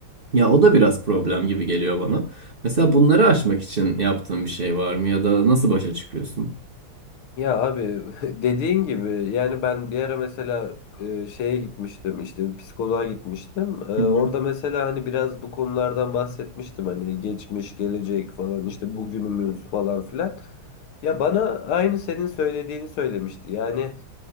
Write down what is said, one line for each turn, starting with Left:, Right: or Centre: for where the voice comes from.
Right: Ya o da biraz problem gibi geliyor bana. Mesela bunları aşmak için yaptığın bir şey var mı ya da nasıl başa çıkıyorsun?
Left: Ya abi <laughs> dediğin gibi yani ben bir ara mesela e, şeye gitmiştim işte bir psikoloğa gitmiştim. E,
Right: Hı hı.
Left: orada mesela hani biraz bu konulardan bahsetmiştim hani geçmiş, gelecek falan işte bugünümüz falan filan. Ya bana aynı senin söylediğini söylemişti. Yani